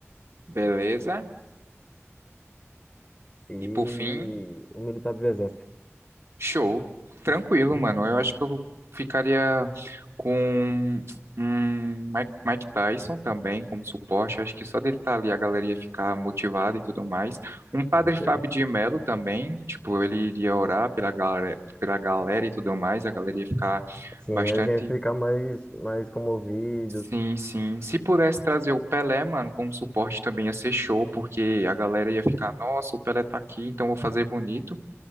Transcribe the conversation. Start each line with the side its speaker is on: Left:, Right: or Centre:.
Right: beleza.
Left: e
Right: E por fim,
Left: um militar do exército,
Right: show. Tranquilo, mano. Eu acho que eu ficaria com um Mike Mike Tyson também como suporte. Eu acho que só dele estar ali a galera ia ficar motivada e tudo mais. Um Padre
Left: com certeza.
Right: Fábio de Melo também. Tipo, ele iria orar pela galera, pela galera e tudo mais. A galera ia ficar
Left: Sim,
Right: bastante
Left: eles iam ficar mais, mais comovidos.
Right: Sim, sim. Se pudesse trazer o Pelé, mano, como suporte também ia ser show, porque a galera ia ficar, nossa, o Pelé tá aqui, então vou fazer bonito.